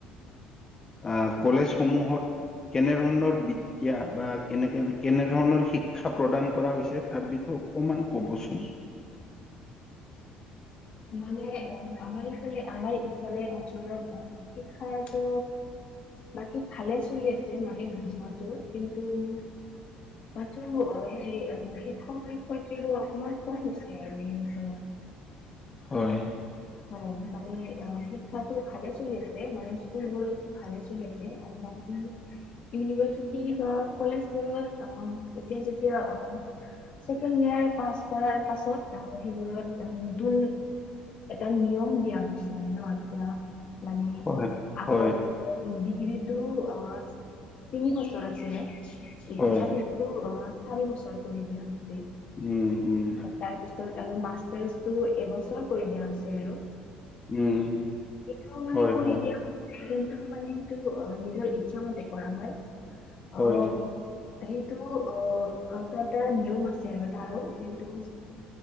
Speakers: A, on the left (about 25°); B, on the left (about 50°).
A: আ, কলেজ সমূহত কেনে ধৰণৰ বিদ্যা বা কেনেকে কেনে ধৰণৰ শিক্ষা প্ৰদান কৰা হৈছে তাৰ বিষয়ে অকমান ক'বচোন।
B: মানে অ', আমাৰ ইফালে আমাৰ, ইফালে অঞ্চলত অ', শিক্ষাটো বাকী ভালে চলি আছে মানে বুজোৱাটো, কিন্তু মাথোঁ, সেই শিক্ষক শিক্ষয়ত্ৰী অকমান কম হৈছে আৰু এই অঞ্চলত।
A: হয়।
B: হয়, মানে অ', শিক্ষাতো ভালে চলি আছে, মানে স্কুলবোৰতো ভালে চলি আছে। বাকী যে ইউনিভাৰ্চিটি বা কলেজবোৰত অ', এতিয়া যেতিয়া অ' ছেকেণ্ড ইয়াৰ পাছ কৰাৰ পাছত সেইবোৰত নতুন এটা নিয়ম দিয়া হৈছে ন! এতিয়া মানে
A: হয়
B: আগত
A: হয়
B: <unintelligible> যিটো অহ' তিনি বছৰ আছিলে, এতিয়া
A: হয়
B: সেইটো অহ' চাৰি বছৰ কৰি দিয়া হৈছে।
A: উম', উম'।
B: তাৰ পিছত আৰু মাষ্টাৰছটো এবছৰ কৰি দিয়া হৈছে আৰু।
A: উম',
B: সেইটো মানে
A: হয়,
B: কৰি
A: হয়।
B: দিয়া হৈছে, কিন্তু মানে সেইটো নিজৰ ইচ্ছামতে কৰা হয়। অ'
A: হয়
B: সেইটো অহ, তাতে নিউ মাষ্টাৰ হয় তাৰো, সেইটো।